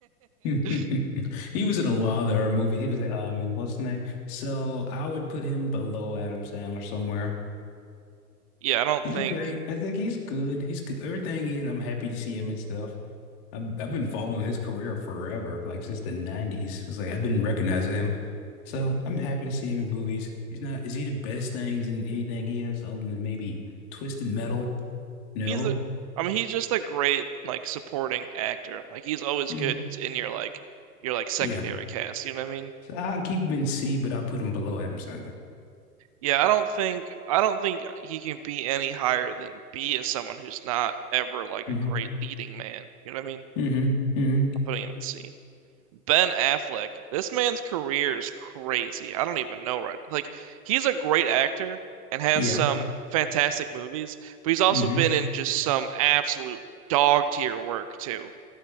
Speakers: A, on the left; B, on the right.
A: <laughs>
B: <laughs>
A: He was in a lot of their movie. He was um in what's the name? So I would put him below Adam Sandler somewhere.
B: Yeah, I don't
A: He's
B: think
A: a great. I think he's good. He's good. Everything he's. I'm happy to see him and stuff. I've I've been following his career forever, like since the 90s. It's like I've been recognizing him. So I'm happy to see him in movies. He's not, is he the best things in anything he is other than maybe Twisted Metal? No.
B: he's a I mean he's just a great like supporting actor. Like he's always
A: hmm
B: good in your like your like secondary
A: Yeah.
B: cast, you know what I mean?
A: So I'll keep him in C, but I'll put him below Adam Sandler.
B: Yeah, I don't think I don't think he can be any higher than B as someone who's not ever like
A: hmm
B: a great leading man. You know what I mean?
A: hmm hmm
B: putting him in C. Ben Affleck, this man's career is crazy. I don't even know right. Like he's a great actor and has
A: Yeah.
B: some fantastic movies, but he's also
A: hmm
B: been in just some absolute dog tier work too.